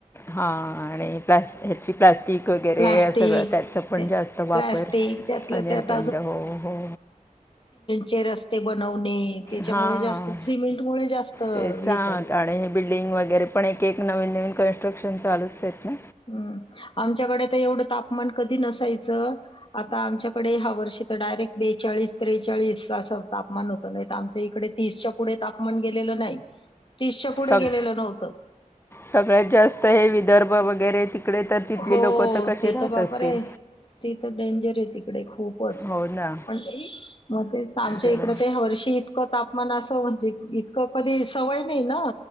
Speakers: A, on the left; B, on the left.
A: हा आणि प्लास् ह्याची प्लाॅस्टिक वगैरे
B: प्लास्टिक
A: सगळं त्याचं पण जास्त वापर
B: प्लास्टिक त्यातलं
A: अ नििर्बंध
B: त्यात
A: हो हो
B: चे रस्ते बनवून आणि त्याच्यामुळे
A: हां
B: जास्त सिमेंट मुळे जास्त
A: तेच
B: हे
A: हां
B: झालं
A: आणि हे बिल्डिंग वगैरे पण एक एक नवीन नवीन कन्स्ट्रक्शन चालूच आहेत ना
B: हम्म आमच्याकडे तर एवढं तापमान कधी नसायचं आता आमच्याकडे ह्या वर्षी तर डायरेक्ट बेचाळीस त्रेचाळीस असं तापमान होत नाही आ इकडे तीसच्या पुढे तापमान गेलेलं नाही तीसच्या पुढे
A: संग
B: गेलेलं नव्हतं
A: सगळ्यात जास्त हे विदर्भ वगैरे तिकडे तर तिथली
B: हो
A: लोक कशी
B: ते
A: राहत
B: तर बापरे
A: असतील
B: ते तर डेंजर आहे तिकडे खूपच
A: हो ना
B: पण म ते आमच्या
A: तर
B: इकड ते हर्ष इतकं तापमान असं म्हणजे इतकं कधी सवय नाही ना